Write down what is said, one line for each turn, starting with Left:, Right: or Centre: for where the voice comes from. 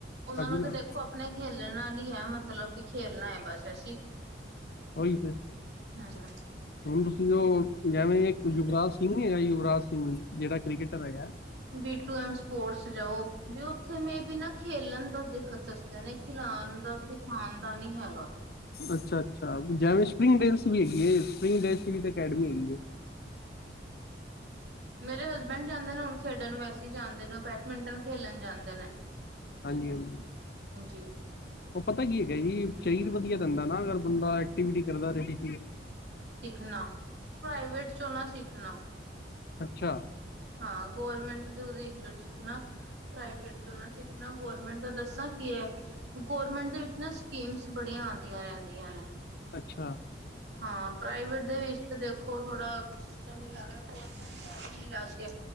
Right: ਉਹਨਾਂ ਨੂੰ
Left: ਨਾ
Right: ਤਾਂ ਦੇਖੋ ਆਪਣੇ ਖੇਲਣ ਨਾਲ ਈ ਐ ਮਤਲਬ ਵੀ ਖੇਲਣਾ ਐ ਬਸ ਸ਼ਸ਼ੀ
Left: ਉਹੀ ਤੇ
Right: ਹੂੰ-ਹੂੰ
Left: ਹੁਣ ਤੁਸੀਂ ਉਹ ਜਿਵੇਂ ਯੁਵਰਾਜ ਸਿੰਘ ਨੀ ਹੈਗਾ, ਯੁਵਰਾਜ ਸਿੰਘ ਜਿਹੜਾ ਕ੍ਰਿਕਕੇਟਰ ਹੈਗਾ।
Right: ਵੀ ਟੂ ਐਮ ਸਪੋਰਟਸ ਜਾਓ, ਵੀ ਉੱਥੇ ਮੇਵੀ ਨਾ ਖੇਲਣ ਦਾਖ ਜਨੇ ਖਿਲੲਣ ਦਾ ਸਿਖਾਣ ਦਾ ਨੀ ਹੈਗਾ।
Left: ਅੱਛਾ-ਅੱਛਾ ਜੈਵੇਂ ਸਪ੍ਰਿੰਗ ਡੈਸ ਵੀ ਹੈਗੀ ਏ, ਸਪ੍ਰਿੰਗ ਡੈਸ ਵੀ ਤਾਂ ਅਕੈਡਮੀ ਹੈਗੀ ਏ।
Right: ਮੇਰੇ ਹਜਬੈਂਡ ਜਾਂਦੇ ਨੇ ਹੁਣ, ਖੇਡਣ ਵੈਸੇ ਜਾਂਦੇ ਨੇ ਉਹ ਬੈਡਮਿੰਟਨ ਖੇਡਣ ਜਾਂਦੇ ਨੇ।
Left: ਹਾਂਜੀ-ਹਾਂਜੀ
Right: <inaudible>
Left: ਉਹ ਪਤਾ ਕੀ ਹੈਗਾ ਜੀ ਸਰੀਰ ਵਧੀਆ ਦਿੰਦਾ ਨਾ ਅਗਰ ਬੰਦਾ ਐਕਟੀਵੀਟੀ ਕਰਦਾ ਰਏ।
Right: ਨਾ ਪ੍ਰਾਈਵੇਟ ਚੋਂ ਨਾ ਸਿੱਖਣਾ।
Left: ਅੱਛਾ
Right: ਹਾਂ ਗੋਰਮੈਂਟ ਜੋਵੀ ਸਿੱਖਨਾ ਪ੍ਰਾਈਵੇਟ ਤੋਂ ਨਾ ਸਿੱਖਣਾ, ਗੌਰਮੈਂਟ ਦਾ ਦੱਸਾਂ ਕੀ ਏ ਗੋਰਮੈਂਟ ਦੇ ਵਿਚ ਨਾ ਸਕੀਮਸ ਬੜੀਆਂ ਆਂਦੀਆਂ ਰਹਿੰਦੀਆਂ ਨੇ।
Left: ਅੱਛਾ
Right: ਹਾਂ, ਪ੍ਰਾਈਵੇਟ ਦੇ ਵਿੱਚ ਦੇਖੋ ਥੋੜਾ ਸਿਸਟਮ ਅਲਾਵਾ ਗੌਰਮੇਂਟ ਜੋਬ ਹੀ ਲੱਗ ਗਿਆ।